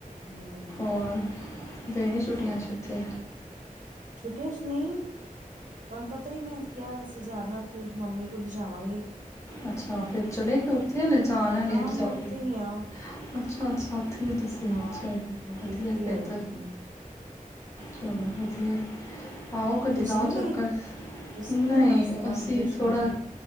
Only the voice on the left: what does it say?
ਹੋਰ ਗਏ ਨੀ ਛੁੱਟੀਆਂ
ਚ ਉੱਥੇ
ਅੱਛਾ ਫਿਰ ਚਲੇ ਕੇ ਉੱਥੇ ਆ ਜਾਣਾ
ਲੇਟ
ਜਾਓਗੇ
ਅੱਛਾ- ਅੱਛਾ ਫਿਰ ਤੁਸੀ
ਚਲ
ਵਧੀਆ
ਫਿਰ
ਤਾਂ
ਚਲ ਵਧੀਆ। ਆਓ ਕਦੇ
ਲਾਓ
ਚੱਕਰ,
ਨਹੀਂ
ਅਸੀਂ
ਥੋੜਾ